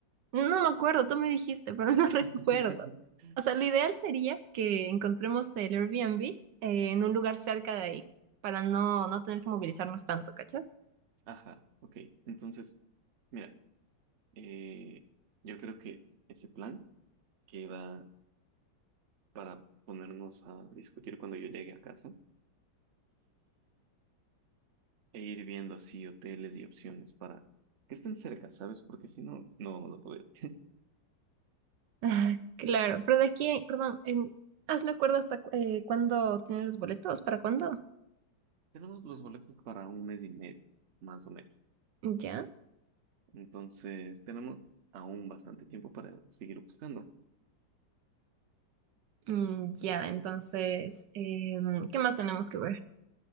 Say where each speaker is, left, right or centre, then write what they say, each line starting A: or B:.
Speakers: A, on the right (about 75°); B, on the right (about 55°).
A: no me acuerdo, tú me dijiste, pero no <laughs> recuerdo.
B: <laughs>
A: O sea, lo ideal sería que encontremos el Airbnb eh, en un lugar cerca de ahí, para no, no tener que movilizarnos tanto, ¿cachas?
B: Ajá, ok. Entonces, mira, eh, yo creo que ese plan queda para ponernos a discutir cuando yo llegue a casa e ir viendo así hoteles y opciones para que estén cerca, ¿sabes? Porque si no, no vamos a poder.
A: Ah, claro, pero de aquí, perdón, en, hazme acuerdo hasta cu- eh, cuándo tienen los boletos, ¿para cuándo?
B: Tenemos los boletos para un mes y medio, más o menos.
A: ¿Ya?
B: Entonces, tenemos aún bastante tiempo para seguir buscando.
A: Mm, ya, entonces, em, ¿qué más tenemos que ver?